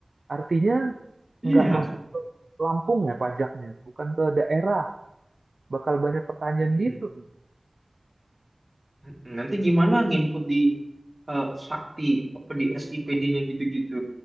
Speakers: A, on the right; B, on the right.
A: Artinya
B: iya.
A: nggak masuk ke Lampung ya pajaknya, bukan ke daerah. Bakal banyak pertanyaan
B: Mm-mm.
A: gitu.
B: Mm-mm. Nanti gimana nginput di eh, Sakti, apa di SIPD-nya gitu-gitu?